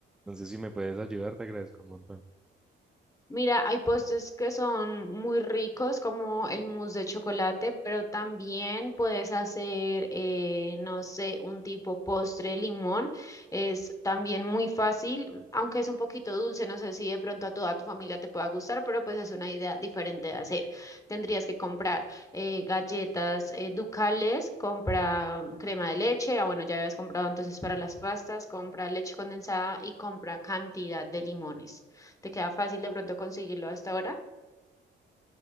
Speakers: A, in the centre; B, on the left.
A: Entonces, si me puedes ayudar, te agradezco un montón.
B: Mira, hay postres que son muy ricos, como el mousse de chocolate, pero también puedes hacer, eh, no sé, un tipo postre de limón. Es también muy fácil, aunque es un poquito dulce. No sé si de pronto a toda tu familia te pueda gustar, pero pues es una idea diferente de hacer. Tendrías que comprar eh, galletas eh, ducales, compra mm, crema de leche. Ah, bueno, ya habías comprado entonces para las pastas, compra leche condensada y compra cantidad de limones. ¿Te queda fácil de pronto conseguirlo hasta ahora?